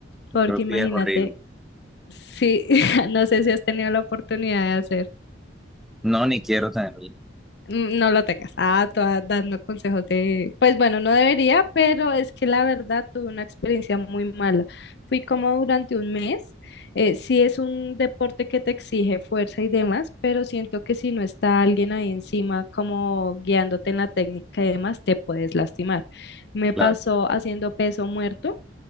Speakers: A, on the left; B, in the centre.
A: Porque
B: Creo
A: imagínate,
B: que es horrible.
A: sí, <laughs> no sé si has tenido la oportunidad de hacer
B: No, ni quiero tenerlo.
A: Mm, No lo tengas. Ah, toda dando consejos de, pues bueno, no debería, pero es que la verdad tuve una experiencia muy mala. Fui como durante un mes. Eh, sí es un deporte que te exige fuerza y demás, pero siento que si no está alguien ahí encima como guiándote en la técnica y demás, te puedes lastimar. Me pasó
B: Claro,
A: haciendo peso muerto